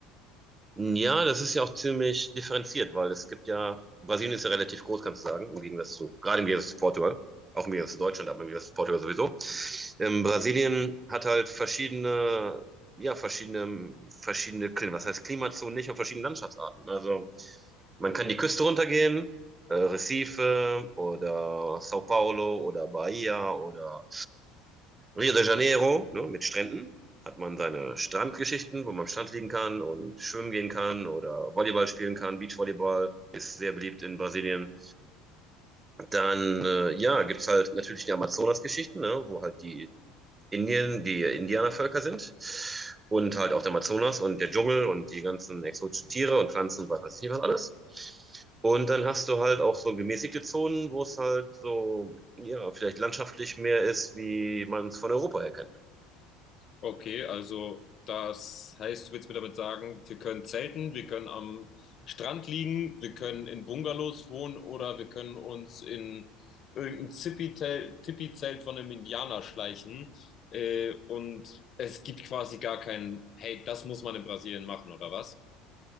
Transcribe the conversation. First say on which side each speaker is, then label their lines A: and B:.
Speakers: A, on the right; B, on the left.
A: Ja, das ist ja auch ziemlich differenziert, weil es gibt ja, Brasilien ist ja relativ groß, kannst du sagen, im Gegensatz zu, gerade im Gegensatz zu Portugal, auch im Gegensatz zu Deutschland, aber im Gegensatz zu Portugal sowieso. Ähm, Brasilien hat halt verschiedene, ja, verschiedene, verschiedene Klima, was heißt Klimazonen nicht und verschiedene Landschaftsarten. Also man kann die Küste runtergehen, äh, Recife oder São Paulo oder Bahia oder Rio de Janeiro, ne, mit Stränden hat man seine Strandgeschichten, wo man am Strand liegen kann und schwimmen gehen kann oder Volleyball spielen kann. Beachvolleyball ist sehr beliebt in Brasilien. Dann, äh, ja, gibt's halt natürlich die Amazonas-Geschichten, ne, wo halt die Indien, die Indianervölker sind und halt auch der Amazonas und der Dschungel und die ganzen exotischen Tiere und Pflanzen und was weiß ich was alles. Und dann hast du halt auch so gemäßigte Zonen, wo es halt so, ja, vielleicht landschaftlich mehr ist, wie man es von Europa her kennt.
B: Okay, also das heißt, du willst mir damit sagen, wir können zelten, wir können am Strand liegen, wir können in Bungalows wohnen oder wir können uns in irgendein Zippi-Tel- Tippi-Zelt von einem Indianer schleichen. Äh, und es gibt quasi gar keinen, hey, das muss man in Brasilien machen, oder was?